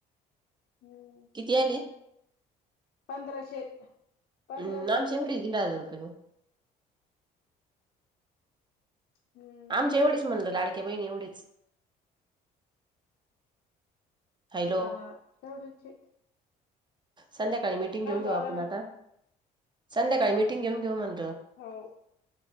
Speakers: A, on the left (about 60°); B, on the right (about 25°).
A: हम्..
B: किती आली.
A: पंधराशे. पंधराशे
B: हम् नामच्या मुडी <inaudible> घळाावर रप
A: हम्म
B: आमच्या एवढेच म्हणलं <inaudible> लाडकी बहिण एवढीच. हॅलो
A: हा तेवढूच.
B: संध्याकाळी मिटिंग घेऊन घेऊ
A: बोला
B: आपण
A: ना
B: आता, संध्याकाळी मिीटिंग घेऊन घेऊ म्हण.
A: हो.